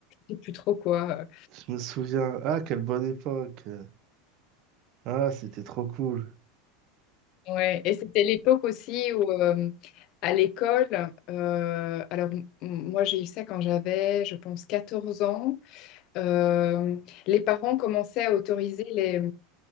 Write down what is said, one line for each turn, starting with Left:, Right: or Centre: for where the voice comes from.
Left: je sais plus trop quoi.
Right: je me souviens. Ah, quelle bonne époque. Ah, c'était trop cool.
Left: Ouais, et c'était l'époque aussi où, euh, à l'école, euh, alors m- moi j'ai eu ça quand j'avais, je pense, 14 ans, euh, les parents commençaient à autoriser les,